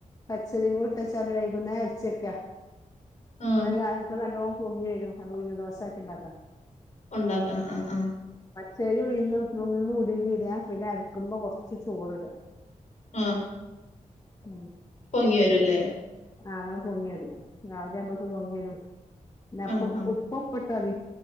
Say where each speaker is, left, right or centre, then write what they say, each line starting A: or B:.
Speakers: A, on the left; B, on the left.
A: പച്ചരി പൂട്ടച്ചാല് വൈകുന്നേ അഴച്ചക്കാ
B: ആഹ്
A: ഇന്നലെ രാവിലത്തെ നല്ലോ പൊങ്ങി വരും അതു പിന്നെ ദോശയാക്കിഉണ്ടാക്ക
B: ഉണ്ടാക്കാം. ആ ആ
A: ശരി ഉഴുന്നും, നുള്ളും ഉലുവയും ഇടുക, പിന്നെ അരക്കുമ്പോ കുറച്ച് ചോറ്ഇടുക.
B: ആ
A: ഉം
B: പൊങ്ങി വരുംല്ലേ?
A: ആന്നോപൊങ്ങി വരും രാവിലെ ആവുമ്പത്തേക്ക് പൊങ്ങി വരും. പിന്നെഅപ്പ
B: ആഹ് ആഹ്
A: ഉപ്പി തവി